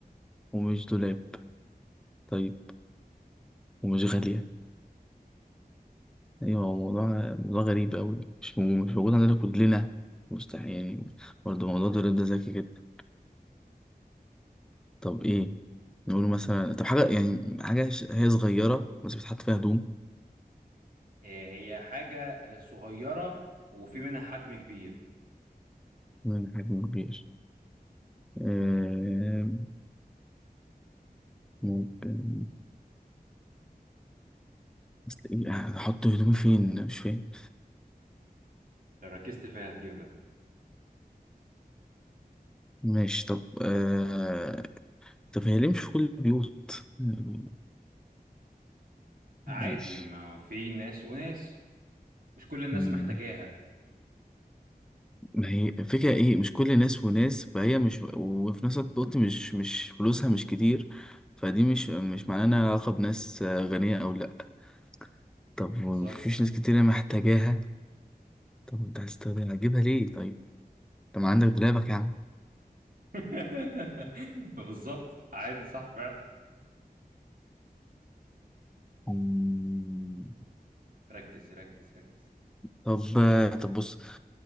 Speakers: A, in the centre; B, on the right (about 60°).
A: ومش دولاب طيب ومش غالية أيوة هو موضوع موضوع غريب أوي مش مو- مش موجود عندنا كلنا مستحيل يعني برضه موضوع الدولاب ده ذكي جدا طب إيه نقوله مثلا طب حاجة يعني حاجة ش- هي صغيرة بس بتحط فيها هدوم
B: آه، هي حاجه آه، صغيره وفي منها حجم كبير
A: من حجم كبير آه، ممكن بس إيه، هحط هدومي فين مش فاهم
B: لو ركزت فيها هتجيبها
A: ماشي طب آه... طب هي ليه مش في كل البيوت يعني
B: عادي
A: ماشي
B: ما هو في ناس وناس مش كل الناس
A: مم.
B: محتاجاها
A: ما هي فكرة ايه مش كل ناس وناس فهي مش وفي نفس الوقت قلت مش مش فلوسها مش كتير فدي مش مش معناها انها علاقة بناس آه، غنية او لا طب
B: بالظبط
A: ومفيش ناس كتير محتاجاها طب انت هتستخدمها هتجيبها ليه طيب طب ما عندك دولابك يا عم
B: <laughs> بالظبط عادي صح فعلا
A: مم.
B: ركز ركز ركز
A: طب آه، طب بص